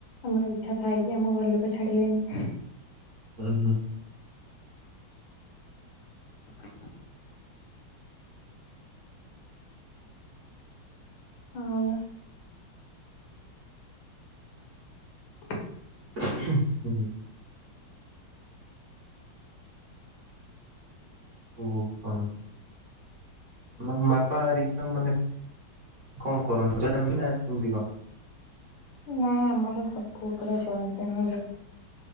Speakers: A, on the left; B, on the right.
A: ଆମର ଇଚ୍ଛା ଥାଇ ବି ଆମ ଘର ଲୋକ ଛାଡିବେନି।
B: ଉଁ, ହୁଁ।
A: <unintelligible> କୁହ। <unintelligible>
B: ଉଁ, ହୁଁ। ଓହୋ, କଣ? ମ ବାପା ହରିକା ମାନେ କଣ କରନ୍ତି ଜବ ନା କେମତି କଣ?
A: ନାଇଁ ଆମର ସବୁ ପା ଜଏଣ୍ଟ ଫାମିଲି।